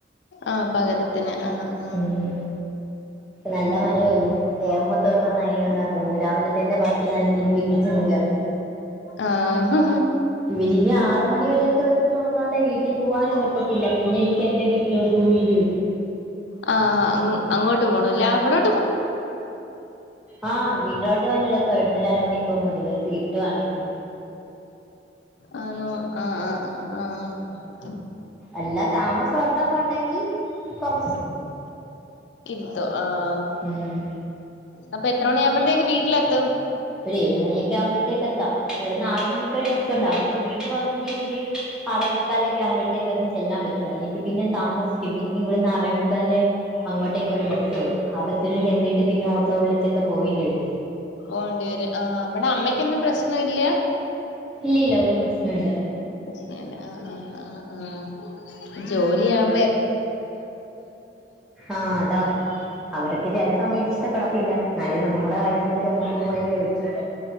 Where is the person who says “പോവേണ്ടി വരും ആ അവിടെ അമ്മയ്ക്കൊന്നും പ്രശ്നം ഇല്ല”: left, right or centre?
Left